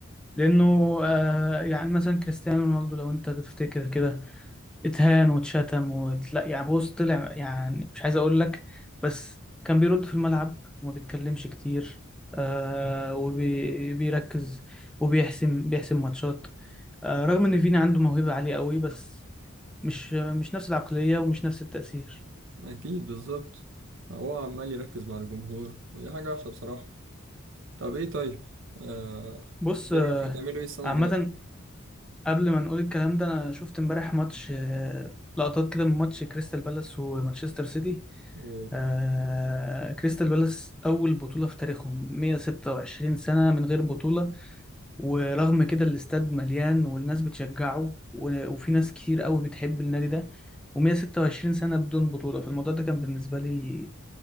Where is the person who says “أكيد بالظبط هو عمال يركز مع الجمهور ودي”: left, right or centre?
Right